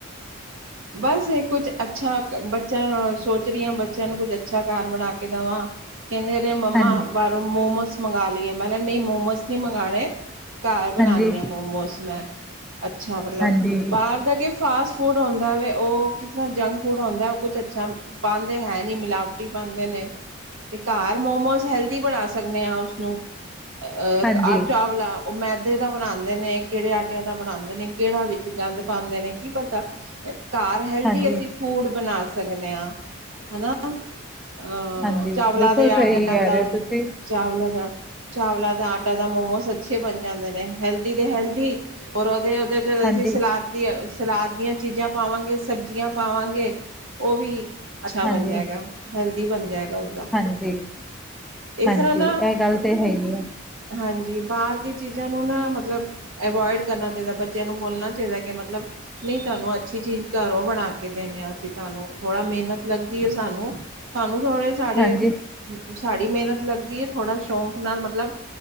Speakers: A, on the right (about 80°); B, in the centre.
A: ਬਸ ਇਹ ਕੁਛ ਅੱਛਾ ਬੱਚਿਆਂ ਨੂੰ ਸੋਚ ਰਹੀ ਹਾ ਬੱਚਿਆਂ ਨੂੰ ਕੁੱਝ ਅੱਛਾ ਘਰ ਬਣਾ ਕੇ ਦੇਵਾਂ। ਕਹਿੰਦੇ ਮੰਮਾ
B: ਹਾਂਜੀ
A: ਬਾਹਰੋਂ ਮੋਮੋਸ ਮੰਗਵਾ ਲਈਏ ਮੈਂ ਨਹੀਂ ਮੋਮੋਸ ਨਹੀਂ ਮੰਗਾਂਣੇ। ਘਰ ਬਣਾਣੀ
B: ਹਾਂਜੀ
A: ਹਾਂ ਮੋਮੋਸ ਮੈਂ ਅੱਛਾ ਮਤਲਬ
B: ਹਾਂਜੀ
A: ਬਾਹਰ ਦਾ ਕਿ ਫਾਸਟ ਫੂਡ ਹੁੰਦਾ ਵੇ ਓ ਕਿਸ ਤਰਾ ਜੰਕ ਫੂਡ ਹੁੰਦਾ ਕੁਛ ਅੱਛਾ ਪਾਂਦੇ ਹੈ ਨੀ ਮਿਲਾਵਟੀ ਪਾਂਦੇ ਨੇ। ਤੇ ਘਰ ਮੋਮੋਸ ਹੈਲਦੀ ਬਣਾ ਸਕਦੇ ਹਾਂ ਉਸਨੂੰ। ਅਹ
B: ਹਾਂਜੀ
A: ਆ ਚਾਵਲਾ ਉਹ ਮੈਦੇ ਦਾ ਬਣਾਉਦੇ ਨੇ ਕਿਹੜੇ ਆਟਿਆਂ ਦਾ ਬਣਾਉਦੇ ਨੇ ਕਿਹੜਾ ਵਿੱਚ ਗੰਦ ਪਾਂਦੇ ਨੇ ਕੀ ਪਤਾ ਘਾਰ ਹੈਲਦੀ
B: ਹਾਂਜੀ
A: ਅਸੀ ਫੂਡ ਬਣਾ ਸਕਦੇ ਹਾਂ ਹਨਾ। ਅਹ
B: ਹਾਂਜੀ
A: ਚਾਵਲਾਂ
B: ਬਿਲਕੁਲ
A: ਦੇ ਆਟਿਆਂ
B: ਸਹੀ ਕਹਿ
A: ਦਾ
B: ਰਹੇ ਹੋ ਤੁਸੀਂ
A: ਚਾਵਲਾਂ ਦਾ ਚਾਵਲਾਂ ਦਾ ਆਟਾ ਦਾ ਮੋਮੋਸ ਅੱਛੇ ਬਣ ਜਾਦੇ ਨੇ ਹੈਲਦੀ ਦੇ ਹੈਲਦੀ ਔਰ ਉਹਦੇ ਜਦੋ
B: ਹਾਂਜੀ
A: ਅਸੀ ਸਲਾਦ ਦੀ ਸਲਾਦ ਦੀਆਂ ਚੀਜਾ ਪਾਵਾਂਗੇ ਸਬਜ਼ੀਆਂ ਪਾਵਾਂਗੇ ਉਹ ਵੀ ਅੱਛਾ
B: ਹਾਂਜੀ
A: ਬਣ ਜਾਏਗਾ ਹੈਲਦੀ ਬਣ ਜਾਏਗਾ ਉਸਦਾ।
B: ਹਾਂਜੀ
A: ਇਸ
B: ਹਾਂਜੀ
A: ਤਰ੍ਹਾਂ ਨਾ
B: ਇਹ ਗੱਲ ਤੇ ਹੈ ਹੀ ਹੈ
A: ਹਾਂਜੀ ਬਾਹਰ ਦੀ ਚੀਜ਼ਾਂ ਨੂੰ ਨਾ ਮਤਲਬ ਅਵੋਇਡ ਕਰਨਾ ਚਾਹੀਦਾ ਬ ਬੱਚਿਆਂ ਨੂੰ ਬੋਲਣਾ ਚਾਹੀਦਾ ਕਿ ਮਤਲਬ ਨਹੀ ਤੁਹਾਨੂੰ ਅੱਛੀ ਚੀਜ ਘਰੋ ਬਣਾ ਕੇ ਦੇਣੇ ਹਾਂ ਅਸੀ ਤੁਹਾਨੂੰ ਥੋੜ੍ਹਾ ਮਿਹਨਤ ਲਗਦੀ ਹੈ ਸਾਨੂੰ ਤੁਹਾਨੂੰ ਥੋੜੇ ਸਾਡੇ
B: ਹਾਂਜੀ
A: ਸਾਡੀ ਮਿਹਨਤ ਲੱਗਦੀ ਹੈ ਥੋੜ੍ਹਾ ਸ਼ੋਕ ਨਾਲ ਮਤਲਬ